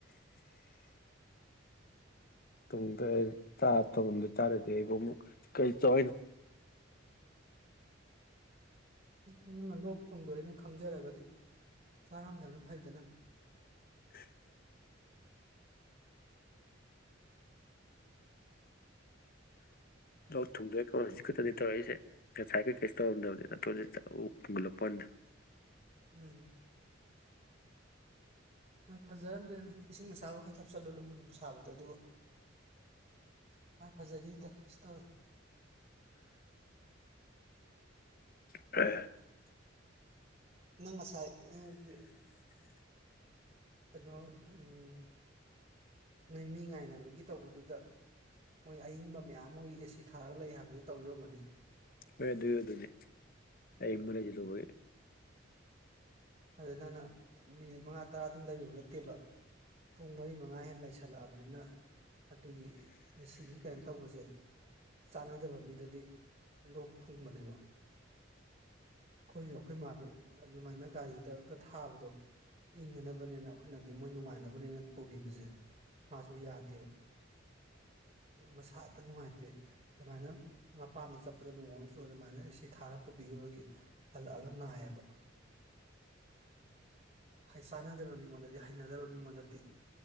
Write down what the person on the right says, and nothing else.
ꯎꯝ ꯅꯪ ꯂꯣꯛ ꯊꯨꯡꯗꯣꯏꯔꯦꯅ ꯈꯪꯖꯔꯒꯗꯤ ꯆꯥꯔꯝꯗꯕꯅ ꯐꯩꯗꯅ꯫
ꯎꯝ꯫ ꯃꯥꯏ ꯐꯖꯔꯝꯅꯤꯗ ꯏꯁꯤꯡ ꯑꯁꯥꯕ ꯈꯔ ꯊꯛ ꯆꯠꯂꯣ ꯂꯨꯝꯕꯨ ꯂꯨꯝꯕꯨ ꯁꯥꯕꯗꯣ ꯑꯗꯨ ꯃꯥꯏ ꯐꯖꯈꯤꯅꯤꯗ ꯀꯁꯨ ꯇꯧꯔꯣꯢ꯫
ꯅꯪ ꯉꯁꯥꯏ ꯅꯣꯏꯒꯤ ꯀꯩꯅꯣ ꯎꯝ ꯅꯣꯏ ꯃꯤ ꯉꯥꯏꯅꯕꯒꯤ ꯇꯧꯕꯗꯨꯗ ꯃꯣꯏ ꯑꯏꯤꯡꯕ ꯃꯌꯥꯝ ꯃꯣꯏ ꯑꯦꯁꯤ ꯊꯥꯔꯒ ꯂꯩ ꯍꯥꯏꯕꯗꯨ ꯇꯧ ꯌꯝꯒꯅꯤ
ꯎꯝ
ꯑꯗꯨ ꯅꯅ ꯃꯤꯅꯤꯠ ꯃꯉꯥ ꯇꯔꯥꯗꯨꯝ ꯂꯩꯔꯨꯕ ꯅꯠꯇꯦꯕ ꯄꯨꯡ ꯃꯔꯤ ꯃꯉꯥ ꯍꯦꯟꯅ ꯂꯩꯁꯜꯂꯛꯑꯕꯅꯤꯅ ꯑꯗꯨꯒꯤ ꯁꯤꯒꯤ ꯀꯩꯅꯣ ꯇꯧꯕꯁꯦ ꯆꯥꯟꯅꯗꯕ ꯃꯤꯗꯗꯤ ꯂꯣꯛ ꯊꯨꯡꯕꯅꯦꯕ ꯑꯩꯈꯣꯏꯁꯨ ꯑꯩꯈꯣꯏ ꯃꯥꯗ ꯑꯗꯨꯃꯥꯏꯅ ꯒꯥꯔꯤꯗꯒ ꯊꯥꯕꯗꯣ ꯏꯪꯅꯅꯕꯅꯤꯅ ꯑꯩꯈꯣꯏꯅꯗꯤ ꯃꯣꯏ ꯅꯨꯡꯉꯥꯏꯅꯕꯅꯤꯅ ꯄꯨꯕꯤꯕꯁꯦ ꯃꯥꯁꯨ ꯌꯥꯗꯦꯕ ꯃꯁꯥꯇ ꯅꯨꯡꯉꯥꯏꯇꯦ ꯑꯗꯨꯃꯥꯏꯅ ꯃꯄꯥꯝꯗ ꯆꯠꯄꯗ ꯅꯣꯡꯃ ꯑꯃꯁꯨ ꯑꯗꯨꯃꯥꯏꯅ ꯁꯤ ꯊꯥꯔ ꯄꯨꯕꯤꯔꯨꯕꯒꯤ ꯍꯜꯂꯛꯑꯒ ꯅꯥꯏꯌꯦꯕ ꯆꯥꯅꯗꯕ ꯃꯤꯉꯣꯟꯗꯗꯤ ꯍꯩꯅꯗꯕ ꯃꯤꯉꯣꯟꯗꯗꯤ